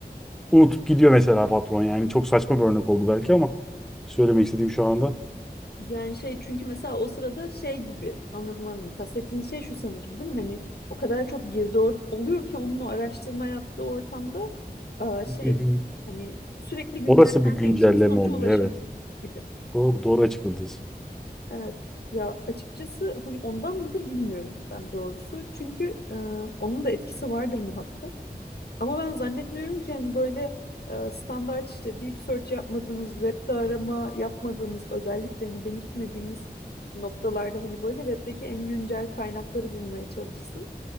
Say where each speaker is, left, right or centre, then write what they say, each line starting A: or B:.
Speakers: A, in the centre; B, on the left.
A: unutup gidiyor mesela patron yani çok saçma bir örnek oldu belki ama söylemek istediğim şu anda.
B: Yani şey çünkü mesela o sırada şey gibi anladım anladım. Kastettiğin şey şu sanırım değil mi? Hani o kadar çok girdi or- oluyor ki onun o araştırma yaptığı ortamda aa, şey
A: Hı hı.
B: hani sürekli güncellendiği
A: Orası bir güncelleme
B: için bir sonuca
A: oluyor
B: ulaşamıyor
A: evet.
B: gibi.
A: Doğru, doğru açıkladınız.
B: Evet. Ya açıkçası hani ondan mıdır bilmiyorum ben doğrusu. Çünkü e, onun da etkisi vardır muhakkak. Ama ben zannetmiyorum ki hani böyle e, standart işte deep search yapmadığınız, webde arama yapmadığınız, özelliklerini belirtmediğiniz noktalarda hani böyle webdeki en güncel kaynakları bulmaya çalışsın.